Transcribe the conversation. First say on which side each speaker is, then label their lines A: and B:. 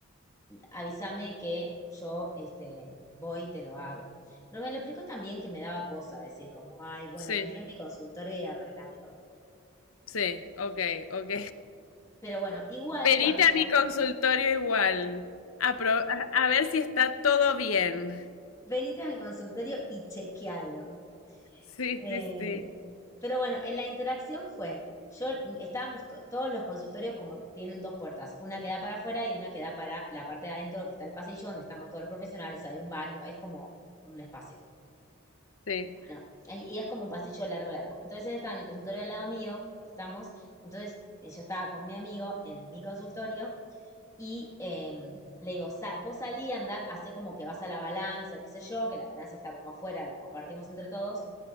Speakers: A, on the left (about 15°); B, on the left (about 85°).
A: avísame que yo este, voy y te lo hago. Pero me lo explicó también que me daba cosa, decir como, ay, bueno,
B: sí,
A: vení a mi consultorio y arreglámelo.
B: sí, ok, ok.
A: Pero bueno,
B: <laughs>
A: igual
B: Venite
A: cuando
B: a mi consultorio igual, a, pro- a a ver si está todo bien.
A: venite a mi consultorio y chequealo.
B: Sí,
A: Eh,
B: sí, sí.
A: pero bueno, en la interacción fue, yo mm, estábamos to- todos los consultorios como tienen dos puertas, una que da para afuera y una que da para la parte de adentro, que está el pasillo donde estamos todos los profesionales, hay un baño, es como un espacio.
B: Sí,
A: Bueno, ahí- y es como un pasillo largo, largo. Entonces él estaba en el consultorio al lado mío, porque estamos, entonces eh, yo estaba con mi amigo en mi consultorio y eh, le digo, "Sa- vos salí, anda, hace como que vas a la balanza, qué sé yo, que la balanza está como afuera, la compartimos entre todos,